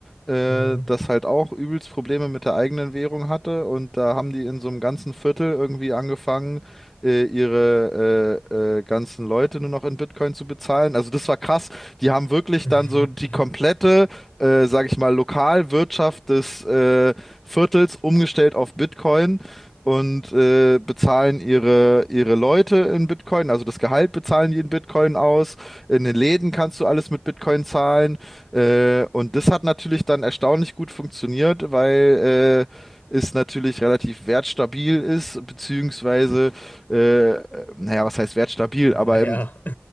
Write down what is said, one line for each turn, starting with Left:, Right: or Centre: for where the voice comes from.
Centre: äh,
Left: Mhm.
Centre: das halt auch übelst Probleme mit der eigenen Währung hatte. Und da haben die in so einem ganzen Viertel irgendwie angefangen, äh, ihre äh, äh, ganzen Leute nur noch in Bitcoin zu bezahlen. Also das war krass. Die haben wirklich
Left: <laughs>
Centre: dann so die komplette, äh, sag ich mal, Lokalwirtschaft des äh, Viertels umgestellt auf Bitcoin und äh, bezahlen ihre, ihre Leute in Bitcoin, also das Gehalt bezahlen die in Bitcoin aus. In den Läden kannst du alles mit Bitcoin zahlen. Äh, und das hat natürlich dann erstaunlich gut funktioniert, weil äh, es natürlich relativ wertstabil ist, beziehungsweise, äh, naja, was heißt wertstabil?
Left: Naja,
Centre: Aber im,
Left: <laughs>